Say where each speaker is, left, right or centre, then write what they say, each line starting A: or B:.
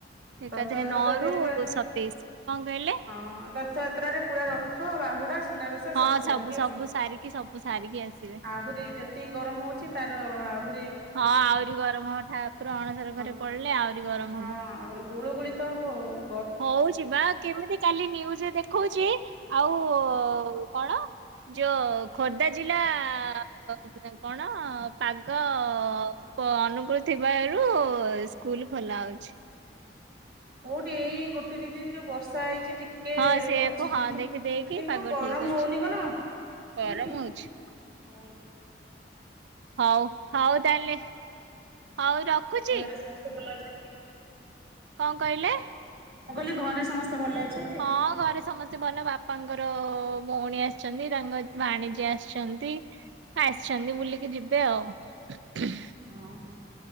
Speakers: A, on the right; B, on the right.
A: ଏକାଥରେ
B: ରଥଯାତ୍ରା
A: ନଅ
B: ତ ଏବେ
A: ରୁ
B: ପୁରା
A: ସତେଇଶ କଣ କହିଲେ?
B: ହଁ ରଥଯାତ୍ରାରେ ପୁରା ରଥ ବାହୁଡା ଶ ସୁନାବେଶ
A: ହଁ
B: ସବୁ ସାରିକି
A: ସବୁ
B: ଆସେ।
A: ସାରିକି ସବୁ ସାରିକି ଆସିବେ।
B: ଆହୁରି ଯେତିକି ଗରମ ହଉଚି ତାର ଅ ଆହୁ
A: ହଁ ଆହୁରି ଗରମ ହବ ଠାକୁର ଅଣସର ଘରେ
B: ହଁ
A: ପଡିଲେ ଆହୁରି ଗରମ
B: ଅଁ ଆହୁରି ଗୁଳୁଗୁଳି ତ ତ ଭୋଉ
A: ହଉଚି ବା କେମିତି କାଲି ନିୟୁଜ୍ ରେ ଦେଖଉଚି? ଆଉଉ କଣ ଯୋ ଖୋର୍ଦ୍ଧା ଜିଲ୍ଲାଆ କଣ ପାଗଅ ପ ଅନୁକୂଳୁ ଥିବାରୁ ସ୍କୁଲ ଖୋଲାହୋଉଛି।
B: କୋଉଟି ଏଇ ଗୋଟେ ଦିଇ ଦିନ ଯୋଉ ବର୍ଷା ହେଇଚି ଟିକ କିଏ
A: ହଁ ସେଇଆକୁ
B: ଅଛି
A: ହଁ
B: କିନ୍ତୁ
A: ଦେଖିଦେଇକି
B: କିନ୍ତୁ
A: ପାଗ
B: ଗରମ
A: ଠିକ ଅଛି।
B: ହଉନି କଣ ହଉନି
A: ଗରମ
B: ହଁ।
A: ହଉଛି ହଉ ହଉ ତାହେଲେ। ହଉ ରଖୁଚି।
B: ଘରେ ସମସ୍ତେ ଭଲ ଅଛନ୍ତି
A: କଅଁ କହିଲେ?
B: ମୁଁ କଇଲି ଘରେ ସମସ୍ତେ ଭଲ ଅଛନ୍ତି?
A: ହଁ ଘରେ ସମସ୍ତେ ଭଲ ବାପାଙ୍କର ଙ୍କର ଭଉଣୀ ଆସିଚନ୍ତି। ତାଙ୍କ ଭାଣିଜୀ ଆସିଚନ୍ତି। ଆସଚନ୍ତି ବୁଲିକି ଯିବେ ଆଉ।
B: ଓଁହୋ